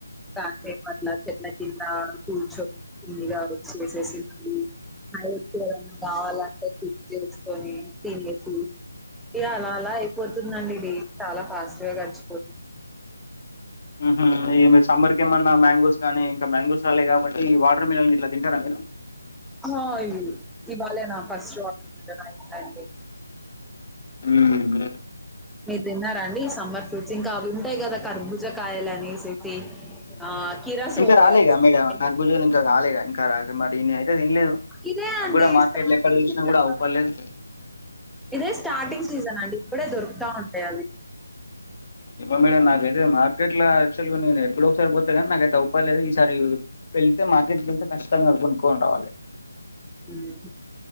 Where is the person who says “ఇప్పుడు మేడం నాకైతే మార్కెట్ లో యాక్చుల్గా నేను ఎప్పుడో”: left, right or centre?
Left